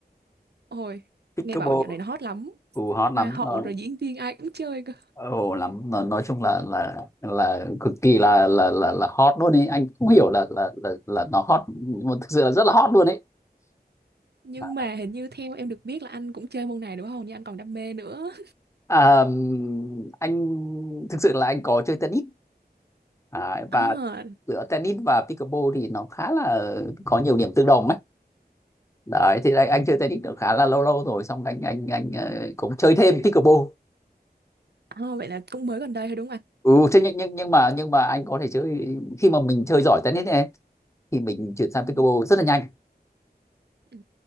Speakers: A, on the right; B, on the left.
A: Ôi,
B: pickleball,
A: nghe bảo dạo này nó hot lắm.
B: ồ hot lắm,
A: Hoa hậu
B: Ờ,
A: rồi diễn viên ai cũng chơi cơ.
B: ồ lắm. Nó- Nói chung là là là cực kỳ là là là là hot luôn ấy. Anh không hiểu là là là là nó hot, nhưng mà thực sự là rất là hot luôn ấy.
A: Nhưng
B: À,
A: mà hình như theo em được biết là anh cũng chơi môn này đúng không? Nhưng anh còn đam mê nữa.
B: ờm, anh thực sự là anh có chơi tennis Đấy, và
A: À,
B: giữa tennis và pickleball thì nó khá là có nhiều điểm tương đồng ấy. Đấy thì anh, anh chơi tennis được khá là lâu lâu rồi xong anh anh anh ờ, cũng chơi thêm pickleball.
A: à, vậy là cũng mới gần đây thôi đúng không anh?
B: Ừ thế nhưng nhưng nhưng mà nhưng mà anh có thể chơi khi mà mình chơi giỏi tennis này, thì mình chuyển sang
A: Ừ.
B: pickleball rất là nhanh.
A: Ừ.